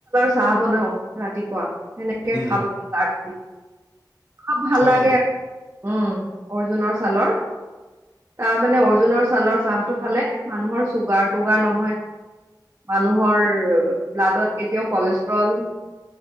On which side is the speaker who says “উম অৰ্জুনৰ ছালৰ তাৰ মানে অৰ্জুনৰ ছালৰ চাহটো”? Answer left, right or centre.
Right